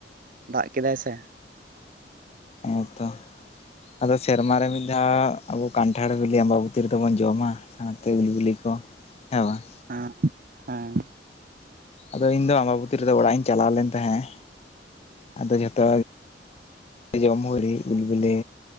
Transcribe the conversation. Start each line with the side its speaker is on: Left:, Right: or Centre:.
Right: ᱫᱟᱜ ᱠᱮᱫᱟᱭ ᱥᱮ,
Left: ᱦᱮᱸ ᱛᱚ ᱟᱫᱚ ᱥᱮᱨᱢᱟᱨ ᱨᱮ ᱢᱤᱫ ᱫᱷᱟᱣ ᱟᱵᱚ ᱠᱟᱱᱴᱷᱟᱲ ᱵᱤᱞᱤ ᱟᱢᱵᱟᱵᱩᱛᱤ ᱨᱮᱫᱚ ᱵᱚᱱ ᱡᱚᱢᱟ᱾ ᱥᱟᱶᱛᱮ ᱩᱞ ᱵᱤᱞᱤ ᱠᱚ ᱦᱮᱵᱟᱝ?
Right: ᱦᱮ ᱦᱮᱸ
Left: ᱟᱫᱚ ᱤᱧᱫᱚ ᱟᱢᱵᱟᱵᱚᱛᱤ ᱨᱮᱫᱚ ᱚᱲᱟᱜ ᱤᱧ ᱪᱟᱞᱟᱣ ᱞᱮᱱ ᱛᱟᱦᱮᱸᱫ ᱟᱫᱚ ᱡᱷᱚᱛᱚ ᱡᱚᱢ ᱦᱩᱭ ᱩᱞ ᱵᱤᱞᱤ